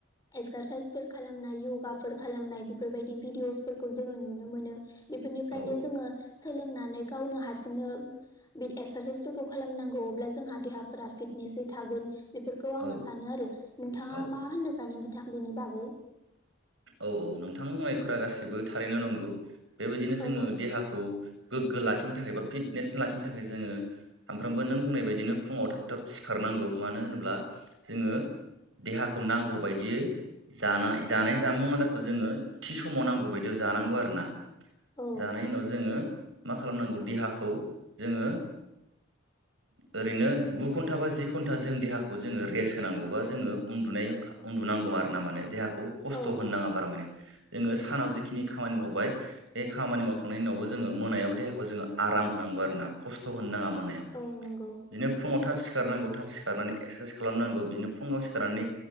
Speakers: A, on the left; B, on the right.
A: एक्सारसाइसफोर खालामनाय यगा फोर खालामनाय बेफोरबायदि भिडिअसफोरखौ जोङो नुनो मोनो। बेफोरनिफ्रायनो
B: औ
A: जोङो सोलोंनानै गावनो हारसिंनो बे एक्सारसाइसफोरखौ खालामनांगौ अब्ला जोंहा देहाफोरा फिटनेसै था थागोन बेफोरखौ आङो
B: औ
A: सानो आरो। नोंथाङा
B: औ
A: मा होननो सानो बिनि बागै?
B: औ औ नोंथां बुंनायफोरा गासिबो थारैनो नंगौ बेबायदिनो जोङो
A: औ
B: देहाखौ गोग्गो लाखिनो थाखाय बा फिटनेस लािनो थाखाय जोङो सामफ्रामबो नों बुंनाय बायदिनो फुङाव थाब थाब सिखारनांगौ। मानो होनोब्ला जोङो देहाखौ नांगौ बादियै जानाय-जानाय जामुं आदारखौ जोङो थि समाव नांगौ बायदियाव जानांगौ आरो ना
A: औ
B: जानायनि उनाव जोङो मा खालामनांगौ देहाखौ जोङो
A: <inaudible>
B: ओरैनो गु घन्टा बा जि घन्टा जों देहाखौ जोङो रेस्ट होनांगौ बा जोङो उन्दुनाय उन्दु नांगौ आरो ना माने देहाखौ खस्थ'
A: औ
B: होनो नाङा बारा माने जोङो सानाव जिखिनि खामानि मावबाय बे खामानि मावखांनायनि उनावबो जोङो मोनायाव देहाखौ जोङो आराम होनांगौ। नंगौ आरोना खस्थ होनाङा मोनायाव
A: औ नंगौ
B: बिदिनो फुंङाव थाब सिखारनांगौ थाब सिखारनानै एक्सारसाइस खालामनांगौ बिदिनो फुङाव सिखारनानै